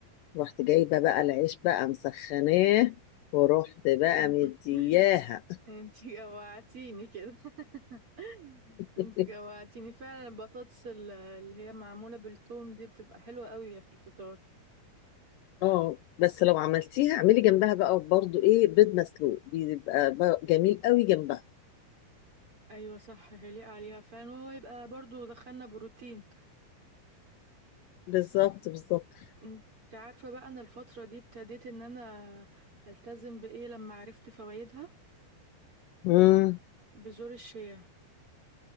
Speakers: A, on the left (about 80°); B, on the right (about 35°).
A: ورحت جايبه بقى العيش بقى مسخناه ورحت بقى
B: <laughs>
A: مدياها
B: انتي جوعتيني كده <laughs>
A: <laughs>
B: انتي جوعتيني فعلا البطاطس ال- اللي هي معمولة بالثوم دي بتبقى حلوة قوي في الفطار
A: اه بس لو عملتيها اعملي جنبها بقى برضو ايه بيض مسلوق بيبقى بقى جميل قوي جنبها
B: ايوه صح هيليق عليها فعلا وهو يبقى برضو دخلنا بروتين
A: بالظبط بالظبط
B: انت عارفة بقى انا الفترة دي ابتديت ان انا التزم بايه لما عرفت فوائدها
A: امم
B: بذور الشيا